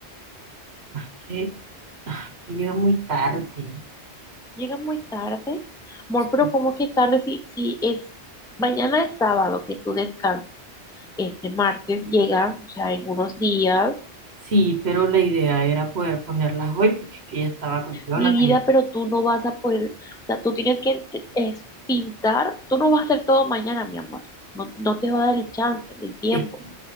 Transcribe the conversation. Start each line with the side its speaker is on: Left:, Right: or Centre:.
Right: Ah, que, ah, que llega muy tarde.
Centre: Llega muy tarde. Amor,
Right: Sí.
Centre: pero ¿cómo que tarde? Si, si es mañana es sábado que tú descansas. Este martes llega, o sea, en unos días,
Right: Sí, pero la idea era poder ponerlas hoy porque es que ella estaba con Jonathan.
Centre: mi vida, pero tú no vas a poder, o sea, tú tienes que ent- es pintar, tú no vas a hacer todo mañana, mi amor, no, no te va a dar el chance, el tiempo,
Right: Es-